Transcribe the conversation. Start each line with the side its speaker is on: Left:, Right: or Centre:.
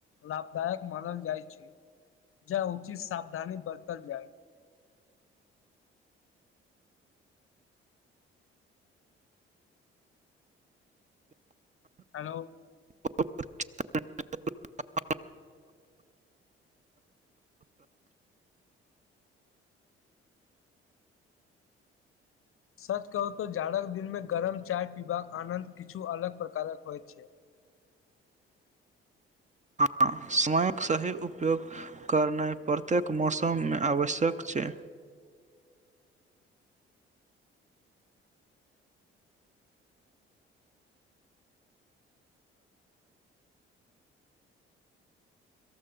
Left: लाभदायक मानल जाइ छै, ज उचित सावधानी बरतल जाय। हेलो।
Right: ओ
Left: सच कहू तऽ जाड़क दिनमें गरम चाय पीबाक आनन्द किछु अलग प्रकारक होइत छै।
Right: ह समयक सही उपयोग करनाइ प्रत्येक मौसम में आवश्यक छै।